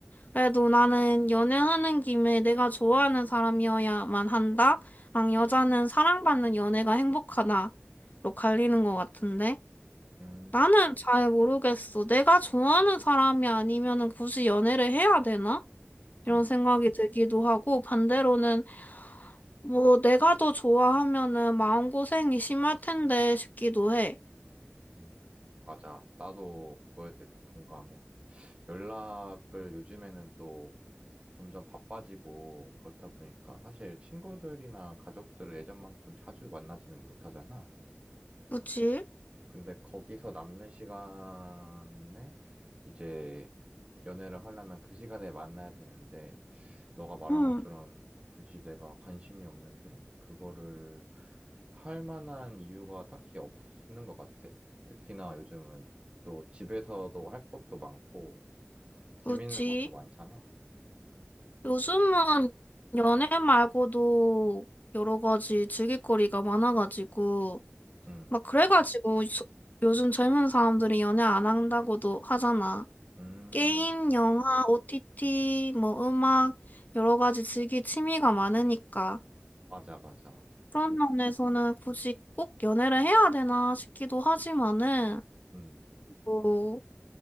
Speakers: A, on the left (about 45°); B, on the right (about 30°).
A: 그래도 나는 연애하는 김에 내가 좋아하는 사람이어야만 한다? 랑 여자는 사랑받는 연애가 행복하다로 갈리는 것 같은데?
B: 음,
A: 나는 잘 모르겠어. 내가 좋아하는 사람이 아니면은 굳이 연애를 해야 되나? 이런
B: 음,
A: 생각이 들기도 하고, 반대로는 뭐 내가 더 좋아하면은 마음고생이 심할 텐데 싶기도 해.
B: 음. 맞아. 나도 그거에 대해서 동감해. 연락을 요즘에는 또 점점 바빠지고 그렇다 보니까 사실 친구들이나 가족들을 예전만큼 자주 만나지는 못하잖아.
A: 그치?
B: 근데 거기서 남는 시간에 이제 연애를 하려면 그 시간에 만나야 되는데 너가 말한
A: 응,
B: 것처럼 굳이 내가 관심이 없는데 그거를 할 만한 이유가 딱히 없는 것 같아. 특히나 요즘은 또 집에서도 할 것도 많고 재밌는
A: 그치.
B: 것도 많잖아.
A: 요즘은 연애 말고도 여러 가지 즐길거리가 많아가지고,
B: 음,
A: 막 그래가지고 소- 요즘 젊은 사람들이 연애 안 한다고도 하잖아.
B: 음,
A: 게임, 영화, OTT, 뭐 음악, 여러 가지 즐길 취미가 많으니까.
B: 맞아, 맞아.
A: 그런 면에서는 굳이 꼭 연애를 해야 되나 싶기도 하지만은,
B: 음,
A: 뭐